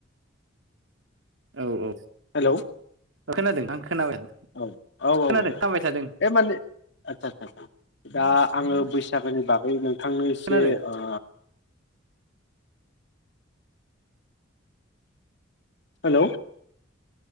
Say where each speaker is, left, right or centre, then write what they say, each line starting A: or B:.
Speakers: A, on the right; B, on the left.
A: औ औ
B: हेलौ
A: खोनादों आं खोनाबाय
B: औ औ
A: खोनादों
B: औ औ
A: खोनाबाय थादों
B: बे माने आचसा आ दा आङो बैसागोनि बागै नोंथांनो एसे
A: खोनादों
B: ओ हेल'